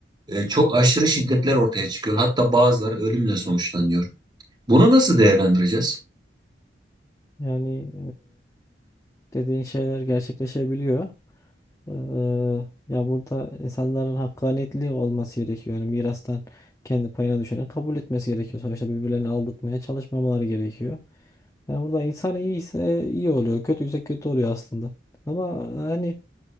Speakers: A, on the right; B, on the left.
A: e, çok aşırı şiddetler ortaya çıkıyor. Hatta bazıları ölümle sonuçlanıyor. Bunu nasıl değerlendireceğiz?
B: Yani e, dediğin şeyler gerçekleşebiliyor. Eee, ya burada insanların hakkaniyetli olması gerekiyor. Yani mirastan kendi payına düşeni kabul etmesi gerekiyor. Sonuçta birbirlerini aldatmaya çalışmamaları gerekiyor. Yani burada insan iyiyse iyi oluyor. Kötüyse kötü oluyor aslında. Ama hani